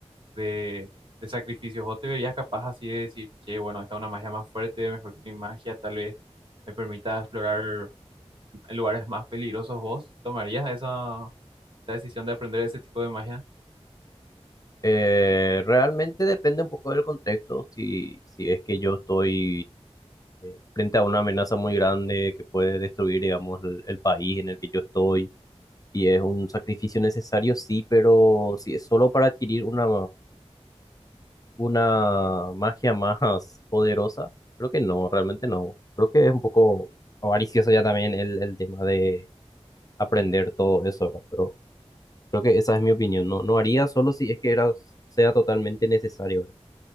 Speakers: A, on the right; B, on the left.
A: de, de sacrificios? ¿Vos te verías capaz así de decir, che, bueno, esta es una magia más fuerte, mejor que mi magia, tal vez me permita explorar lugares más peligrosos? ¿Vos tomarías esa, esa decisión de aprender ese tipo de magia?
B: Eh, realmente depende un poco del contexto, si, si es que yo estoy frente a una amenaza muy grande que puede destruir, digamos, el, el país en el que yo estoy, y es un sacrificio necesario, sí, pero si es solo para adquirir una, una magia más <laughs> poderosa, creo que no, realmente no. Creo que es un poco avaricioso ya también el, el tema de aprender todo eso, ¿verdad? Pero Creo que esa es mi opinión. No, no haría solo si es que era, sea totalmente necesario, ¿verdad?